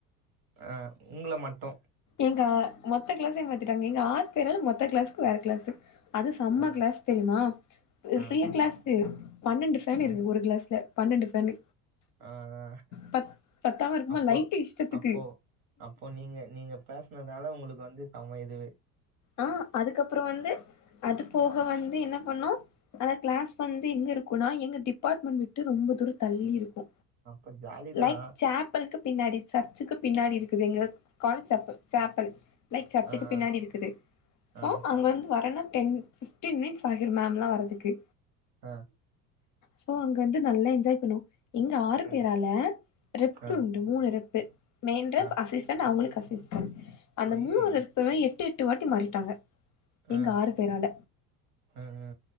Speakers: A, on the right; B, on the left.
A: ஆ உங்கள மட்டு
B: எங்க மொத்த கிளாஸ்ஸயு மாத்திட்டாங்க, எங்க ஆறு பேரால மொத்த கிளாஸ்க்கு வேற கிளாஸ் அது செம
A: ஆ,
B: கிளாஸ் தெரியுமா பெரிய
A: ஆ,
B: கிளாஸ் பன்னெண்டு ஃபேன்
A: ஆ,
B: இருக்கு ஒரு கிளாஸ்ல பன்னெண்டு ஃபேனு
A: ஆ, ஆ.
B: பத் பத்தாம இருக்குமா
A: அப்போ
B: லைட்டு இஷ்டத்துக்கு
A: அப்போ அப்போ நீங்க நீங்க பேசனதுனால உங்களுக்கு வந்து செம இது
B: ஆ, அதுக்கப்பறோ வந்து அது போக வந்து என்ன பண்ணோ அந்த கிளாஸ் வந்து எங்க இருக்குனா எங்க டிபார்ட்மெண்ட் விட்டு ரொம்ப தூரோ தள்ளி இருக்கு
A: அப்ப ஜாலி தான்.
B: லைக் சேப்பள்க்கு பின்னாடி சர்ச்சுக்கு பின்னாடி இருக்குது எங்க காலேஜ் சேப்பள் சேப்பள் லைக் சர்ச்சுக்கு
A: ஆ, ஆ,
B: பின்னாடி இருக்குது சோ
A: ஆ,
B: அங்க வந்து வரேன்னா டென் பிஃப்டீன் மினிட்ஸ் ஆகிரு மேம்லா வரதுக்கு
A: ஆ
B: சோ அங்க வந்து நல்லா என்ஜாய் பண்ணுவோ எங்க ஆறு
A: ம்.
B: பேரால ரெப்பு
A: ஆ,
B: டு மூணு ரெப்பு மெயின் ரெப்,
A: ஆ.
B: அசிஸ்டன்ட், அவங்களுக்கு அசிஸ்டன்ட் அந்த
A: அய்யய்யோ!
B: மூணு ரெப் புமே எட்டு எட்டு வாட்டி மாறிட்டாங்க எங்க
A: ஆ,
B: ஆறு பேரால
A: ஆ, ஆ,